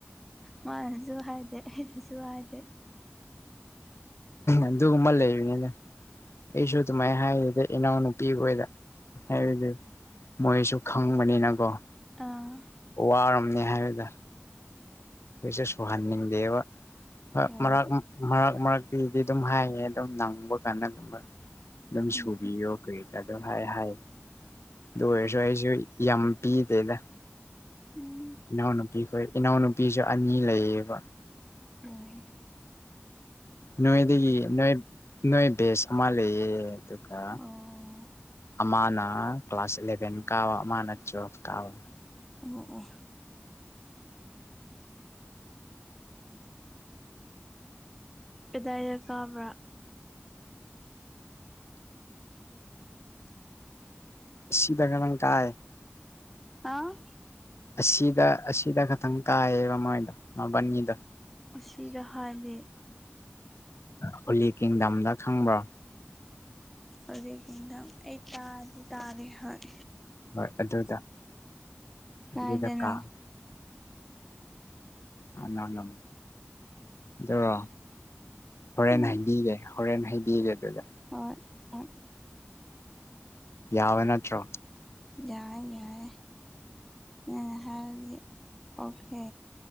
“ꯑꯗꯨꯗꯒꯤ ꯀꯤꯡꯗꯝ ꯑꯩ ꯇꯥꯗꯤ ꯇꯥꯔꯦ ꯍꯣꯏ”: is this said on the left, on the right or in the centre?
Centre